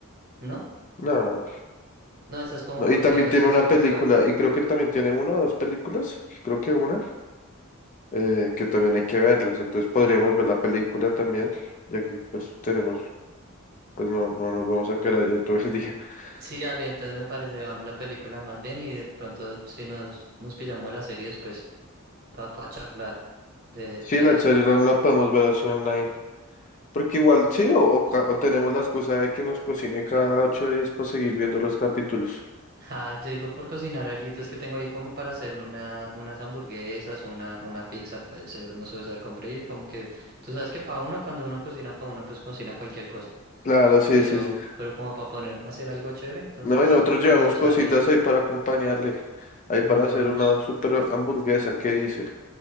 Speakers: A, on the right (about 45°); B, on the left (about 35°).
A: ¿no?
B: Nada.
A: No, esa es como
B: No,
A: cortica,
B: y también tiene
A: sí,
B: una
A: sí me
B: película,
A: acuerdo.
B: y creo que también tiene una o dos películas, creo que una, eh, que también hay que verlas. Entonces podríamos ver la película también, ya que pues tenemos pues no, no nos vamos a quedar allá todo el día. <laughs>
A: Sí, Ale, entonces me parece, vamos la película más bien y de pronto si nos, nos pillamos la serie después para charlar de,
B: Sí,
A: de
B: la
A: la
B: charla
A: serie. <laughs>
B: la podemos ver así online. Porque igual sí, o, o ca- o tenemos la excusa de que nos cocine cada ocho días para seguir viendo los capítulos.
A: Ah, yo digo por cocinar alguito, es que tengo ahí como para hacer una, unas hamburguesas, una, una pizza, puede ser, no sé, o sea, compré y como que, tú sabes que para uno, cuando uno cocina para uno, pues cocina cualquier cosa,
B: Claro, sí,
A: pero,
B: sí, sí.
A: pero como para ponerme a hacer algo chévere, entonces
B: No, y nosotros llevamos
A: aprovechar
B: cositas
A: y,
B: ahí para acompañarle. Ahí
A: y
B: para
A: nos
B: hacer
A: vemos
B: una super hamburguesa, ¿qué dice?